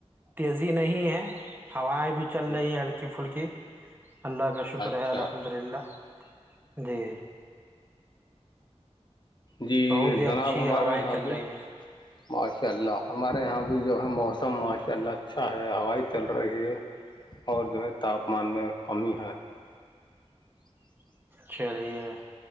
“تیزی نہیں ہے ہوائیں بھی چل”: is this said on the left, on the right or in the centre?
Right